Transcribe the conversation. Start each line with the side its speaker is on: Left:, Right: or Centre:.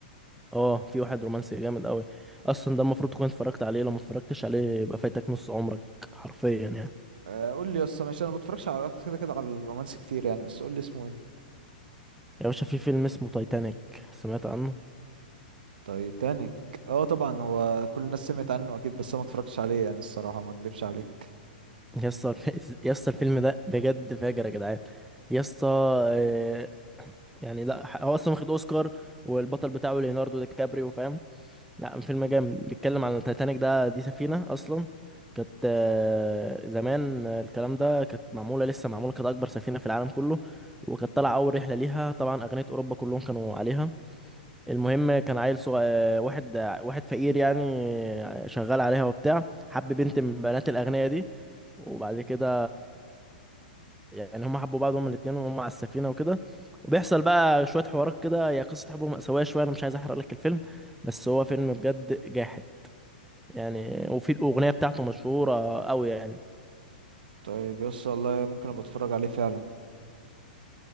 Centre: اه في واحد رومانسي جامد قوي اصلا ده المفروض تكون اتفرجت عليه لو ما اتفرجتش عليه يبقى فايتك نص عمرك حرفيا يعني
Right: أه قول لي يا اسطى ماشي انا ما بتفرجش على كده كده على الرومانسي كتير يعني بس قول لي اسمه ايه
Centre: يا باشا في فيلم اسمه تايتانيك سمعت عنه
Right: تايتانيك اه طبعا هو كل الناس سمعت عنه اكيد بس انا ما اتفرجتش عليه يعني الصراحه ما اكدبش عليك
Centre: يسطا <laughs> يسطا الفيلم ده بجد فاجر يا جدعان يسطا آه، يعني لا ح- هو اصلا واخد اوسكار والبطل بتاعه ليوناردو دي كابريو فاهم لا فيلم جامد بيتكلم عن التايتانيك ده دي سفينة أصلا كانت آه، زمان آه، الكلام ده كانت معمولة لسه معمولة كانت أكبر سفينة في العالم كله وكانت طالعة أول رحلة ليها طبعا أغنية أوروبا كلهم كانوا عليها المهم كان عيل صغير واحد آه، واحد فقير يعني آه، شغال عليها وبتاع حب بنت من بنات الأغنياء دي وبعد كده يعني هما حبوا بعض هما الاتنين وهم على السفينة وكده وبيحصل بقى شوية حوارات كده هي قصة حب مأساوية شوية أنا مش عايز أحرق لك الفيلم بس هو فيلم بجد جاحد يعني وفي الأغنية بتاعته مشهورة أوي يعني
Right: طيب يا اسطى والله ممكن ابقى اتفرج عليه فعلا